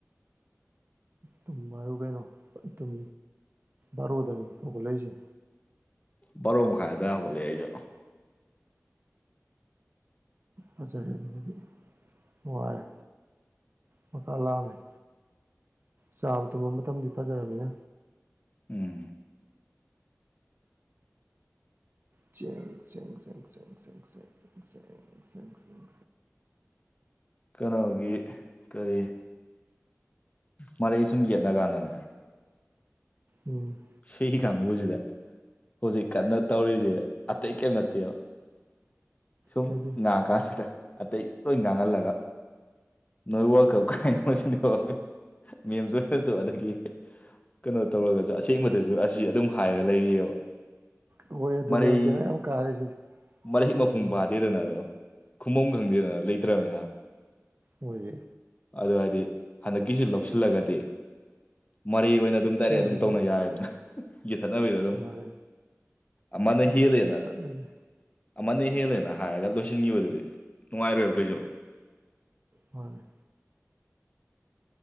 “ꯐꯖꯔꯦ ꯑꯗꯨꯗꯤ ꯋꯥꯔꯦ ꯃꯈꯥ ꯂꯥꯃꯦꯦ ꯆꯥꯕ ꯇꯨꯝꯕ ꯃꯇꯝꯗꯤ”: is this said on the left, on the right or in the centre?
Right